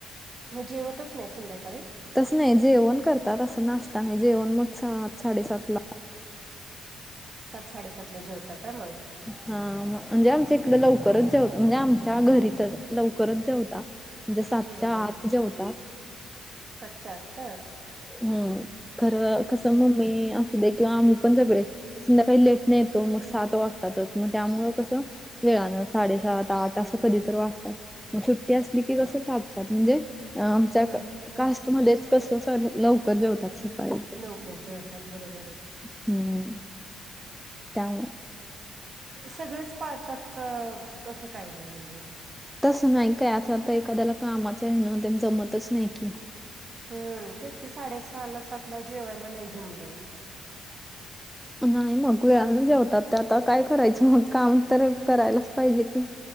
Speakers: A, on the right; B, in the centre.
A: मग जेवतच नाही संध्याकाळी?
B: तस नाही, जेवण करतात. असं नाश्ता नाही, जेवण मग सात- साडेसातला.
A: सात साडेसात ला जेवता का मग
B: हां म्हणजे आमच्या इकडे लवकरच जेवत म्हणजे आमच्या घरी तर लवकरच जेवता म्हणजे सातच्या
A: हम्म हम्म
B: आत जेवतात.
A: सातच्या आत का?
B: हम्म खरं कसं मम्मी असू दे किंवा आम्ही पण सगळे संध्याकाळी लेट न येतो मग सात वाजतातच मग त्यामुळं कसं वेळानं साडेसात आठ असं कधी तर वाजतात मग सुट्टी असली की कसं सातच्या आत म्हणजे अह आमच्या
A: हम्म
B: कास्टमध्येच कस अस लवकर जेवतात सकाळी
A: लककर जेवतात बरोबर आहे.
B: हम्म त्यामुळं
A: सगळेच पाळतात का तसं काही नाही म्हणजे
B: तसं नाही काय असं आतां एखाद्याला कामाच आहे ना तेन जमतच नाही की
A: हम्म तेच की साडेसहाला सातला जेवायला नाही जमलं.
B: अ नाही मग वेळान जेवतात ते आता काय करायचं मग काम तर करायलाच पाहिजे की